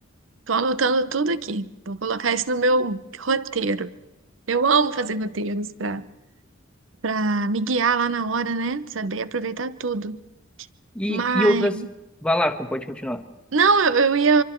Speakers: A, on the right (about 70°); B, in the centre.
A: tô anotando tudo aqui. Vou colocar isso no meu roteiro. Eu amo fazer roteiros para para me guiar lá na hora, né? Saber aproveitar tudo.
B: E,
A: Mas
B: e outras. Vai lá, pode continuar.
A: não, eu, eu ia